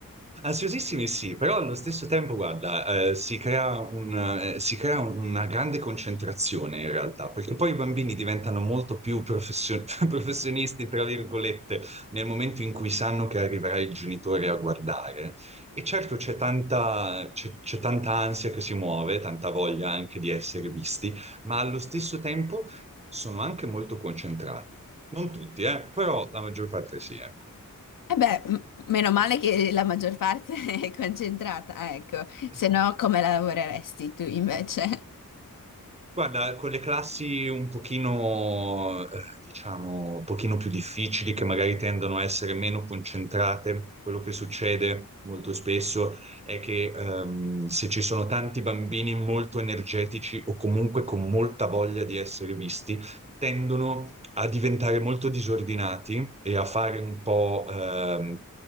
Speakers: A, on the right; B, on the left.
A: Ansiosissimi sì, però allo stesso tempo, guarda, eh, si crea un, eh, si crea una grande concentrazione in realtà, perché poi i bambini diventano molto più professio- <laughs> professionisti, tra virgolette, nel momento in cui sanno che arriverà il genitore a guardare. E certo c'è tanta, c'è c'è tanta ansia che si muove, tanta voglia anche di essere visti, ma allo stesso tempo sono anche molto concentrati. Non tutti, eh, però la maggior parte sì, ecco.
B: Eh beh, m- meno male che la maggior parte <laughs> è concentrata, ecco, se
A: Eh sì.
B: no come lavoreresti tu invece?
A: Guarda, con le classi un pochino, eh, diciamo, un pochino più difficili, che magari tendono a essere meno concentrate, quello che succede molto spesso è che ehm, se ci sono tanti bambini molto energetici o comunque con molta voglia di essere visti, tendono a diventare molto disordinati e a fare un po', ehm,